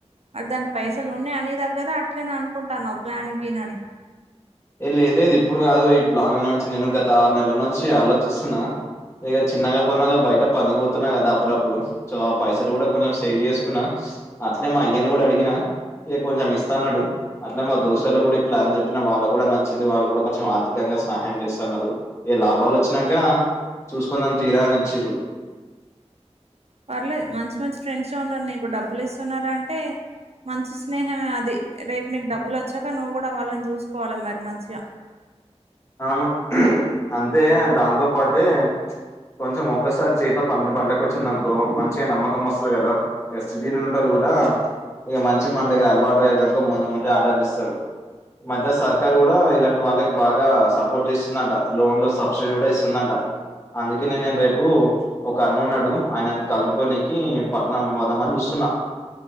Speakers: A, on the right; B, on the left.
A: మరి దానిక్ పైసల్ ఉన్నాయ ని దగ్గర అట్టిగనే అనుకుంటానవ ప్లాను గీను అని
B: ఏ లేద్ లేద్ ఇప్పుడు గాదు ఈ ప్లాన్ల నుంచి నేను గత ఆరు నెలల నుంచి ఆలోచిస్తున్నా ఇగ చిన్నగా బొన్నగా బయట పనికిపోతున్నా కదా అప్పుడప్పుడు సో ఆ పైసలు కూడా కొంచెం సేవ్ చేసుకున్నా అట్ల్నె మా అయ్యాను గుడా అడిగిన ఇగ కొంచెం ఇస్తన్నాడు అట్లే మా దోస్తుగాల్ల గుడా ఈ ప్లాన్ చెప్పిన వాళ్ళక్ కూడా నచ్చింది వాళ్ళు కూడా కొంచెం ఆర్థికంగా సహాయం చేస్తున్నారు ఏ లాభాలు వచ్చినంక చూసుకుందాం తీయ్రా అని ఇచ్చిర్రు
A: పర్లేదు మంచి మంచి ఫ్రెండ్స్ఎ ఉన్నారు నీకు డబ్బులు ఇస్తున్నారంటే మంచి స్నేహమే అది రేపు నీకు డబ్బులు వచ్చాక నువ్వు కూడా వాళ్ళని చూసుకోవాలి మరి మంచిగా
B: అను అంతే దాంతో పాటే కొంచెం ఒక్కసారి చేతి పంట పంటకు వచ్చిందనుకో మంచిగా నమ్మకం వస్తది కదా ఎస్డీల ఉండెటోళ్లు కూడా ఇగ మంచి మన దగ్గర అలవాటు అయిండ్రనుకో ముందు ముందే ఆర్డర్లు ఇస్తారు మధ్య సర్కారు కూడా ఇలాంటి వాళ్ళకి బాగా సపోర్ట్ చేస్తుందంట లోన్లు సబ్సిడీ గూడా ఇస్తుందంట అందుకనే నేను రేపు ఒక అన్నున్నడు ఆయనన్ కలుక్కొనికి పట్నం పోదామని చూస్తున్నా